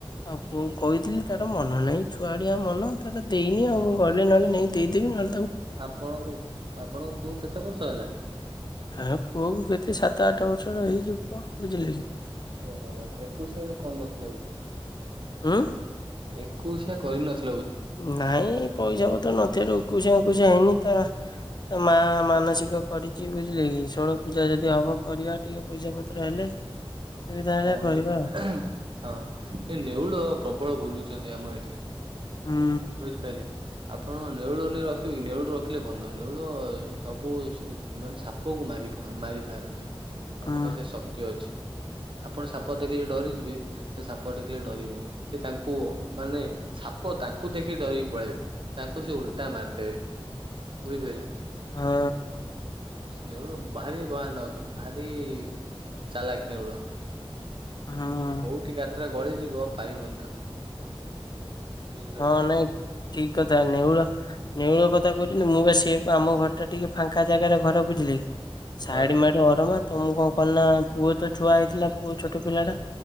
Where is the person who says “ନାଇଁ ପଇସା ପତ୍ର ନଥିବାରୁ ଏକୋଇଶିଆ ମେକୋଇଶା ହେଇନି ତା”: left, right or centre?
Left